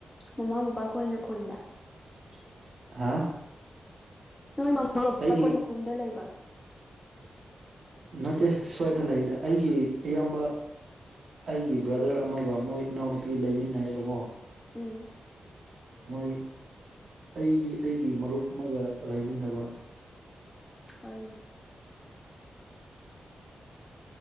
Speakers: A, on the left (about 15°); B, on the right (about 65°).
A: ꯃꯃꯥ ꯕꯕꯥꯈꯣꯏꯅ ꯈꯨꯟꯗ
B: <unintelligible> ꯍꯥ
A: ꯅꯣꯏ ꯃꯃꯥ ꯕꯕꯥ
B: ꯑꯩꯒꯤ
A: ꯈꯣꯏꯅ ꯈꯨꯟꯗ ꯂꯩꯕ
B: ꯅꯠꯇꯦ ꯁ꯭ꯋꯥꯏꯗ ꯂꯩꯗ ꯑꯩꯒꯤ ꯏꯌꯥꯝꯕ ꯑꯩꯒꯤ ꯕ꯭ꯔꯗꯔ ꯑꯃꯒ ꯃꯣꯏ ꯏꯅꯥꯎꯅꯨꯄꯤ ꯂꯩꯃꯤꯟꯅꯩꯌꯦꯕꯀꯣ꯫
A: ꯎꯝ꯫
B: ꯃꯣꯏ ꯑꯩꯗꯤ ꯑꯩꯒꯤ ꯃꯔꯨꯞ ꯑꯃꯒ ꯂꯩꯃꯤꯟꯅꯕ꯫
A: ꯍꯣꯏꯅꯦ꯫